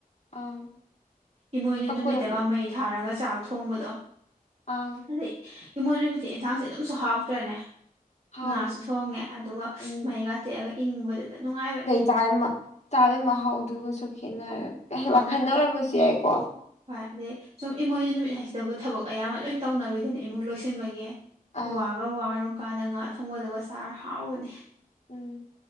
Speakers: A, on the left; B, on the right.
A: ꯑꯥ
B: ꯏꯃꯣꯏꯅꯨ
A: ꯑꯀꯣꯏ
B: ꯅꯨꯃꯤꯠꯇꯒ ꯃꯩ ꯊꯥꯔꯒ ꯆꯥꯛ ꯊꯣꯡꯕꯗꯣ
A: ꯑꯥ
B: ꯑꯗꯩ ꯏꯃꯣꯏ ꯅꯨꯨꯃꯤꯠꯁꯦ ꯌꯦꯟꯁꯥꯡꯁꯦ ꯑꯗꯨꯝꯁꯨ ꯍꯥꯎꯇ꯭ꯔꯅꯦ
A: ꯍꯥꯎꯋꯦ
B: ꯉꯥꯁꯨ ꯊꯣꯡꯉꯦ ꯑꯗꯨꯒ
A: ꯎꯝ
B: ꯃꯩꯒꯥ ꯇꯦꯛꯑꯒ ꯏꯪꯕꯗꯨꯗ ꯅꯨꯡꯉꯥꯏꯕꯅꯦ
A: <unintelligible> ꯆꯥꯔꯤꯕ ꯃꯍꯥꯎꯗꯨꯒꯁꯨ ꯈꯦꯠꯅꯔ ꯏꯌꯦ
B: ꯑꯪ
A: ꯋꯥꯈꯜꯅ
B: ꯑꯗꯨꯝ
A: ꯑꯣꯔꯕꯁꯨ ꯌꯥꯏꯀꯣ
B: ꯍꯣꯏ ꯑꯗꯩ ꯁꯨꯝ ꯏꯃꯣꯏꯅꯨ ꯅꯨꯃꯤꯠ ꯍꯥꯏꯁꯤꯗꯕꯨ ꯊꯕꯛ ꯑꯌꯥꯝꯕ ꯂꯣꯏ ꯇꯧꯅꯔꯨꯗꯅꯦ ꯏꯃꯨꯡ ꯂꯣꯏꯁꯤꯟꯕꯒꯤ
A: ꯑꯥ
B: ꯋꯥꯒ ꯋꯥꯔꯨ ꯀꯥꯟꯗ ꯉꯥ ꯊꯣꯡꯕꯗꯨꯒ ꯆꯥꯔ ꯍꯥꯎꯕꯅꯦ
A: ꯎꯝ